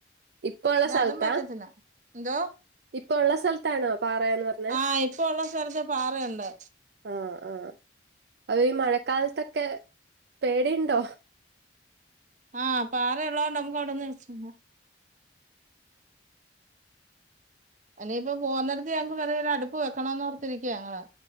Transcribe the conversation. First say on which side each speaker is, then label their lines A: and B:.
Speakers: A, on the right (about 60°); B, on the right (about 40°).
A: ഇപ്പ ഒള്ള
B: ഇത്
A: സ്ഥലത്താ?
B: അതും പറ്റത്തില്ല എന്തോ
A: ഇപ്പൊ ഉള്ള സ്ഥലത്താണോ പാറെ എന്ന് പർ
B: ആ ഇപ്പൊ ഉള്ള സ്ഥലത്ത് പാറ ഉണ്ട്.
A: ആഹ്, ആഹ് അത് ഈ മഴക്കാലത്തൊക്കെ പേടി ഇണ്ടോ?
B: ആ പാറ ഇള്ളോണ്ട് നമുക്ക് അവിടെ <unintelligible> ഇനിയിപ്പൊ പോവന്നിടത്ത് ഞങ്ങക്ക് വേറെ ഒരു അടുപ്പ് വെക്കണംന്ന് ഓർത്തിരിക്കയാ ഞങ്ങള്.